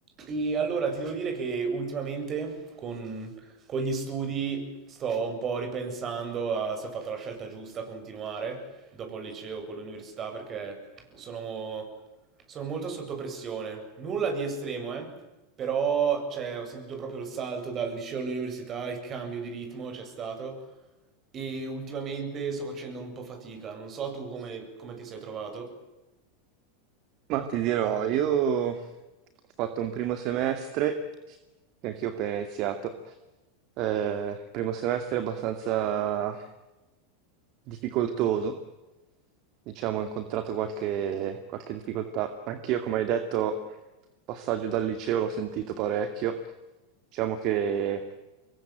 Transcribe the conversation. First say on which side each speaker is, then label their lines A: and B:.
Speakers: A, on the right; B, on the right.
A: E allora ti devo dire che ultimamente con, con gli studi sto un po' ripensando a se ho fatto la scelta giusta a continuare dopo il liceo con l'università perché sono, sono molto sotto pressione. Nulla di estremo, eh, però cioè, ho sentito proprio il salto dal liceo all'università, il cambio di ritmo c'è stato e ultimamente sto facendo un po' fatica. Non so tu come, come ti sei trovato.
B: Ma ti dirò, io ho fatto un primo semestre, che anch'io ho appena iniziato, eh, primo semestre abbastanza difficoltoso, diciamo, ho incontrato qualche, qualche difficoltà. Anch'io, come hai detto, il passaggio dal liceo l'ho sentito parecchio, diciamo che